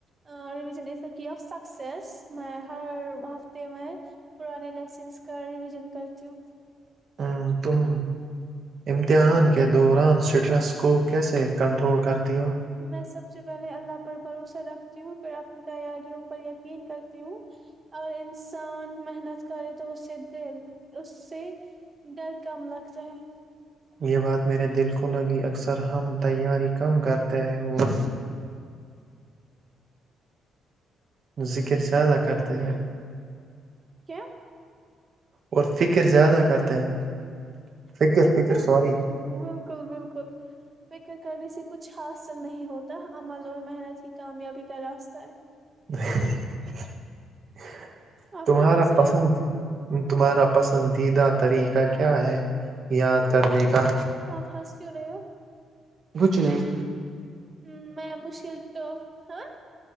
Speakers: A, on the right (about 30°); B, on the right (about 55°).
A: رون از دا آف سکس میں ہر ہفتے میں پرانے لیسنس کا ریویژن کرتی ہوں
B: ہ تم امتحان کے دوران اسٹریس کو کیسے کنٹرول کرتی ہو
A: میں سب سے پہلے اللہ پر بھروسہ رکھتی ہوں پھر اپنی تیاریوں پر یقین کرتی ہوں اور انسان محنت کرے تو اسے د اس سے ڈر کم لگتا ہے
B: یہ بات میرے دل کو لگی، اکثر ہم تیاری کم کرتے ہیں اور ذکر زیادہ کرتے ہیں
A: کیا
B: اور فکر زیادہ کرتے ہیں فکر
A: بالکل
B: فکر سوری
A: بالکل بالکل فکر کرنے سے کچھ حاصل نہیں ہوتا عمل اور محنت ہی کامیابی کا راستہ ہے
B: <inaudible>
A: آپ
B: تمہارا
A: کیوں ہنس
B: پسند
A: رہے ہو
B: تمہارا پسندیدہ طریقہ کیا ہے یاد کرنے کا
A: آپ ہس کیوں رہے ہو
B: بوچ نہیں
A: ہ میں مشکل تو ہاں